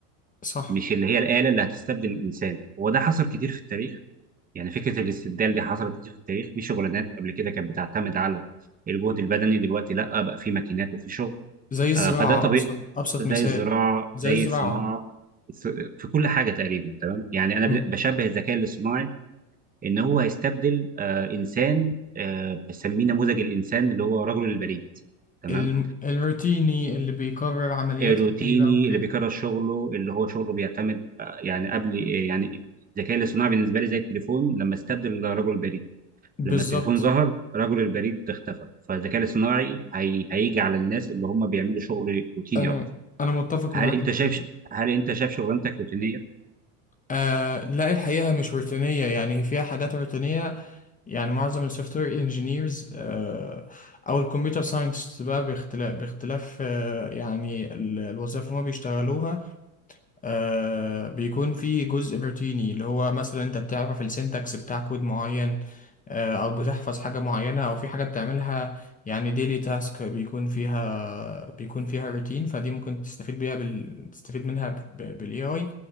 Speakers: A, on the left; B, on the right.
A: صح
B: مش اللي هي الآلة اللي هتستبدل الإنسان وده حصل كتير في التاريخ يعني فكرة الاستبدال دي حصلت كتير في التاريخ في شغلانات قبل كده كانت بتعتمد على الجهد البدني دلوقتي لا بقى في ماكينات وفي شغل
A: زي الزراعة
B: آه فده طبيعي
A: أبسط أبسط
B: زي
A: مثال
B: الزراعة
A: زي
B: زي
A: الزراعة
B: الصناعة الص- في كل حاجة تقريبا تمام يعني أنا
A: مم.
B: ب- بشبه الذكاء الاصطناعي إن هو هيستبدل آه إنسان آه بسميه نموذج الإنسان اللي هو رجل البريد تمام
A: الم- الروتيني اللي بيكرر عمليات
B: روتيني
A: كتيرة وكده
B: اللي بيكرر شغله اللي هو شغله بيعتمد آه، يعني قبل آه، يعني الذكاء الاصطناعي بالنسبه لي زي التليفون لما استبدل رجل البريد
A: بالظبط
B: لما التليفون ظهر رجل البريد اختفى فالذكاء الاصطناعي هي... هيجي على الناس اللي هم بيعملوا شغل روتيني
A: أنا
B: اكتر
A: أنا متفق
B: هل
A: معاك
B: انت
A: الحقيقة
B: شايف هل انت شايف شغلانتك روتينيه
A: آه لا الحقيقة مش روتينية يعني هي فيها حاجات روتينية يعني معظم السوفت وير انجينيرز آه أو الكمبيوتر ساينتست بقى باختلاف باختلاف آه يعني ال- الوظائف اللي هم بيشتغلوها آه بيكون في جزء روتيني اللي هو مثلا انت بتعرف السنتكس بتاع كود معين آه او بتحفظ حاجة معينة او في حاجة بتعملها يعني ديلي تاسك بيكون فيها بيكون فيها روتين فدي ممكن تستفيد بيها بال... تستفيد منها بالاي اي